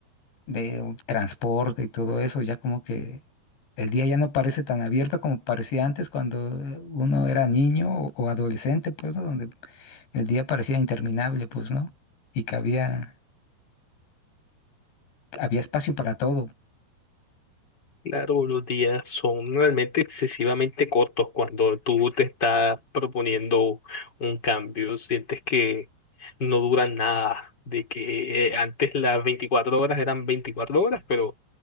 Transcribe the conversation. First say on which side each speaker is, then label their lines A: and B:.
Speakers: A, on the left; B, on the left.
A: de un transporte y todo eso, ya como que el día ya no parece tan abierto como parecía antes cuando eh, uno era niño o, o adolescente, pues, ¿no? Donde el día parecía interminable, pues, ¿no? Y que había, había espacio para todo.
B: Claro, los días son realmente excesivamente cortos cuando tú te estás proponiendo un cambio, sientes que no duran nada, de que eh, antes las 24 horas eran 24 horas, pero